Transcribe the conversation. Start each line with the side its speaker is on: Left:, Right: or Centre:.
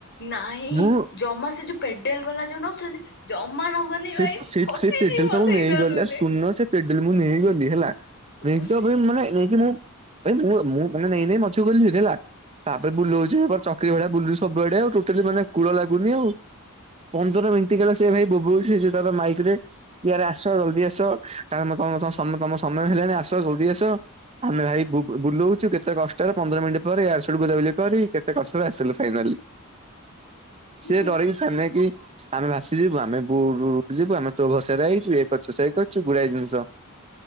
Left: ନାଇଁ
Right: ମୁଁ
Left: ଜମା ସେ ଯୋଉ ପେଡେଲ ବାଲା ଯୋଉ ନଉଛନ୍ତି ଜମା ନବନି
Right: ସେ
Left: ଭାଇ ଫସିଛି
Right: ସେ ପେଡଲ
Left: ମୋ
Right: ତ ମୁଁ
Left: ସେଇଦରେ
Right: ନେଇ ଗଲି ଆଉ ଶୁଣୁନ ସେ ପେଡଲ ମୁଁ ନେଇଗଲି ହେଲା ନେଇକି
Left: ଫସି
Right: ତ ମାନେ ନେଇକି ମୁଁ ଭାଇ ମୁଁ ମୁଁ ମାନେ ନେଇ ନେଇ ମଛକୁ ଗଲି <unintelligible> ତାପରେ ବୁଲଉଛି ଚକ୍ରି ଭଳିଆ ବୁଲୁଛି ସୁବୁଆଡେ ଆଉ ଟୋଟାଲି ମାନେ କୁଳ <unintelligible> ପନ୍ଦର ମିନିଟ୍ ଗଲା ସେ ଭାଇ ବୋବୋଉ ସେ ତାର ମାଇକ ରେ କି ରେ ଆସ ଜଲଦି ଆସ ତମ ତମ ସମୟ ହେଲାଣିି ଆସ ଜଲଦି ଆସ ଆମେ ଭାଇ ବୁଲଉଛୁ କେତେ କଷ୍ଟରେ ପନ୍ଦର ମିନିଟ୍ ପରେ ୟାଡ୍ ସେଆଡୁ ବୁଲାବୁଲି କରି କେତେ କଷ୍ଟ ଆସିଲୁ ଫାଇନାଲି ସିଏ
Left: ମୋ
Right: ଡରିକି ଛାନିଆ ହେଇକି ଆମେ ଭାସିଯିବୁ ଆମେ ଆମେ ତୋ ଭରସା ରେ ଆଇଛୁ ଏ କରିଛୁ କରୁଛୁ ଗୁଡାଏ ଜିନିଷ